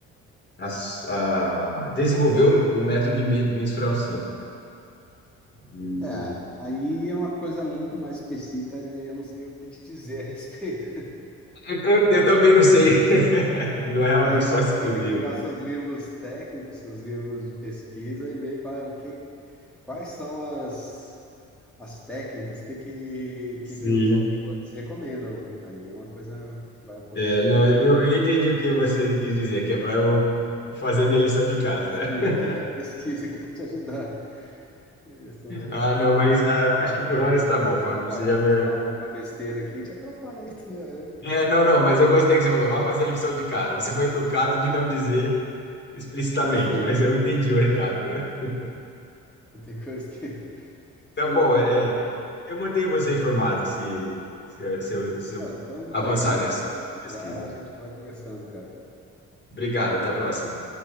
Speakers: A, on the left; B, in the centre.
A: a, s- a desenvolver o, o método de me- mensuração. E
B: É, aí é uma coisa muito mais específica, né? Eu não sei o que te dizer a respeito.
A: eu, eu, eu também não sei, <laughs> não é algo
B: Aí
A: só
B: você
A: exclusivo.
B: vai ter que pegar seus livros técnicos, seus livros de pesquisa e ver qual, é o que, quais são as, as técnicas, o que, que,
A: Sim.
B: que, que os autores recomendam. Aí é uma coisa que vai um pouquinho
A: É, não, eu, eu entendi o que você quis dizer, que é para eu fazer minha lição de casa.
B: pesquisa,
A: <laughs>
B: aí é a pesquisa que vai te ajudar. Se eu sou-
A: Ah, não, mas ah,
B: eu
A: acho
B: vou
A: que por
B: falar
A: hora
B: alguma
A: está
B: coisa,
A: bom,
B: que vai te
A: Fábio.
B: atrapalhar.
A: Você já
B: Eu vou
A: me.
B: falar alguma besteira aqui, e te atrapalha aí. tu- é,
A: É,
B: isso eu-
A: não, não, mas eu gostei que você falou. Vá fazer a lição de casa. Você foi educado de não dizer explicitamente,
B: Não, sim,
A: mas
B: é,
A: eu entendi o recado. <laughs>
B: tem coisas que.
A: Então,
B: Eu,
A: bom,
B: eu-
A: é, eu, eu mantenho você informado se, se, eu- se eu se eu
B: cara, estamos
A: avançar
B: aí,
A: nessa
B: precisar,
A: pesquisa.
B: a gente vai conversando, cara.
A: Obrigado, até a próxima.